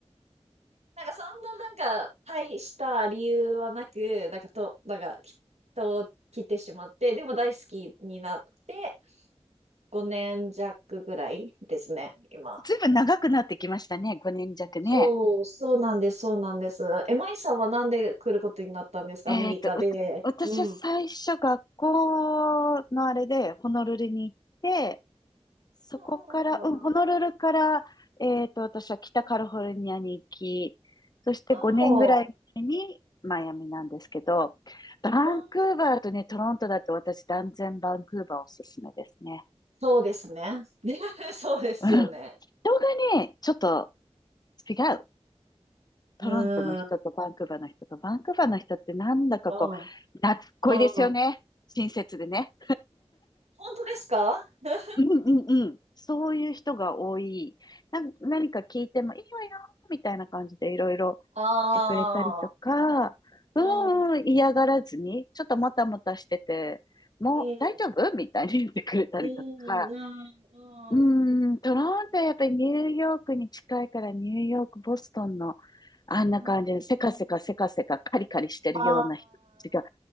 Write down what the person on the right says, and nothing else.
なんかそんななんか大した理由はなく、なんかと、なんかきっと来てしまって、でも大好きになって5年弱ぐらいですね、今。
そう、そうなんです、そうなんです。え、マイさんはなんで来ることになったんですか、
アメリカで。
うん。うん
うんうん
うんうんそ
ううん
そうですね。<laughs> そうですよね。
うん。う
ん。うん。
本
当ですか <laughs>
ああ
うん
うん。うん。あー
うんあ